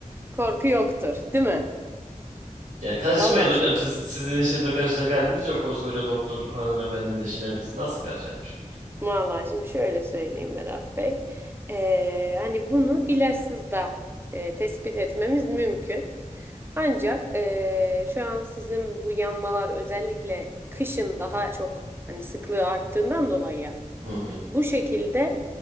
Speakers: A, on the right; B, on the right.
A: Korku yoktur, değil mi?
B: Ya karışmayız
A: Vallahi
B: hocam.
A: şimdi,
B: Siz, sizin işinize karışacak halimiz yok. Koskoca doktor hanımefendinin işine biz nasıl karışalım şimdi?
A: vallahi şimdi şöyle söyleyeyim Berat Bey. Ee, hani bunu ilaçsız da e, tespit etmemiz mümkün. Ancak e, şu an sizin bu yanmalar özellikle kışın daha çok hani sıklığı arttığından dolayı
B: Hı hı.
A: bu şekilde